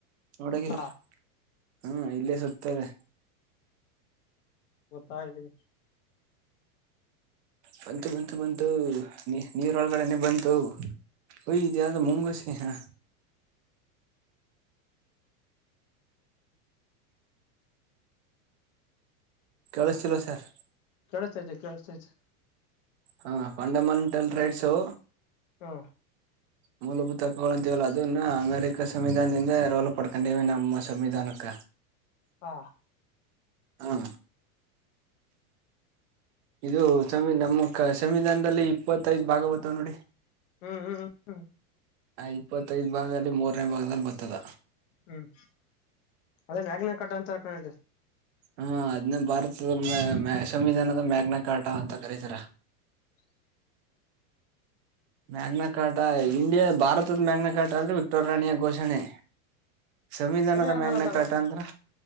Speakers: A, on the right; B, on the left.
A: ನೋಡಗಿದ್ರ
B: ಹಾ
A: ಹ್ಮ ಇಲ್ಲೇ ಸುತ್ತಾಯಿದೆ.
B: ಬತ್ತಾ ಇದೀನಿ.
A: ಬಂತು ಬಂತು ಬಂತು ನೀ ನೀರೊಳಗಡೆನೆ ಬಂತು ಓಯ್ ಇದ್ಯಾವುದೋ ಮುಂಗುಸಿ ಹ. ಕೇಳಸ್ತಿಲ್ವಾ ಸಾರ್.
B: ಕೆಳಸ್ತೈತೆ ಕೆಳಸ್ತೈತೆ.
A: ಹಾ ಫಂಡಮಂಟಲ್ ರೈಟ್ಸು.
B: ಹ್ಮಂ
A: ಮೂಲಭೂತ ಹಕ್ಕುಗಳು ಅಂತಿವಲ ಅದುನ್ನ ಅಮೇರಿಕ ಸಂವಿಧಾನದಿಂದ ರೋಲ್ ಪಡಕಂಡಿವೆ ನಮ್ಮ ಸಂವಿಧಾನಕ್ಕ.
B: ಹಾ
A: ಹಾ ಇದು ಸಂವಿ, ನಮ್ಮ ಕ ಸಂವಿಧಾನದಲ್ಲಿ ಇಪ್ಪತ್ತೈದ್ ಭಾಗ ಬತ್ತವ್ ನೋಡಿ.
B: ಹ್ಮ್ ಹ್ಮ್ ಹ್ಮ್.
A: ಆ ಇಪ್ಪತ್ತೈದ್ ಭಾಗದಲ್ಲಿ ಮೂರನೇ ಭಾಗದಲ್ಲಿ ಬತ್ತದ.
B: ಹ್ಮ್ ಅದೇ ಮ್ಯಾಗಿನ ಕಟ್ಟಾ ಅಂತ ಆಕಂಡ ಇದೆ.
A: ಹೂಂ ಅದ್ನ ಭಾರತದ ಸಮ್ಯ ಸಂವಿಧಾನದ ಮ್ಯಾಗ್ನ ಕಾಟಾ ಅಂತ ಕರೀತಾರ. ಮ್ಯಾಗಮ್ಯತ್ <unintelligible> ಕಾಟಾ
B: ಹ
A: ಇಂಡಿಯಾ ಭಾರತ್ ವಿತ್ತದ ಮ್ಯಾಗ್ನ ಕಾಟ ಅಂದ್ರೆ ವಿಕ್ಟೋರ್ ರಾಣಿಯ ಘೋಷಣೆ. ಸಂವಿಧಾನದ
B: ಏ ಅದಲ್ಲ
A: ಮ್ಯಾಗ್ನ
B: ಅದಲ್ಲ
A: ಕಾಟ ಅಂದ್ರ?